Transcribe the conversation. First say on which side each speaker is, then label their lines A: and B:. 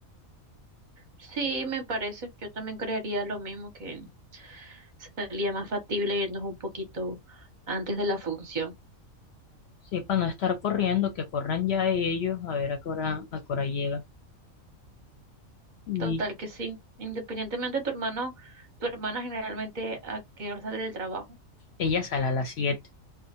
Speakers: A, on the right (about 45°); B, on the left (about 60°).
A: Sí, me parece. Yo también creería lo mismo que sería más factible irnos un poquito antes de la función.
B: Sí, para no estar corriendo, que corran ya ellos a ver a qué hora, a qué hora llega. Y
A: Total que sí. Independientemente de tu hermano, tu hermana generalmente a qué hora sale del trabajo.
B: ella sale a las siete